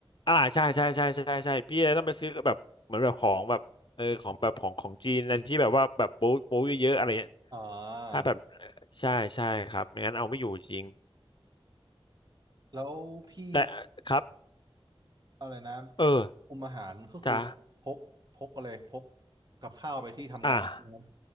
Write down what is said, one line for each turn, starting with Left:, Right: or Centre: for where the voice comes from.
Left: อ่าใช่ใช่ใช่ใช่ใช่ใช่พี่เลยต้องไปซื้อแบบเหมือนแบบของแบบเออของแบบของของจีนนั่นที่แบบว่าแบบโป๊ะโป๊ะเยอะๆอะไรเงี้ย
Right: อ่า
Left: ถ้าแบบใช่ใช่ครับไม่งั้นเอาไม่อยู่จริง
Right: แล้วพี่
Left: แต่ครับ
Right: อะไรนะ
Left: เออ
Right: คุมอาหารก็คือพกพกอะไรพก
Left: จ้า
Right: กับข้าวไปที่ทำงานนะครับ
Left: อ่า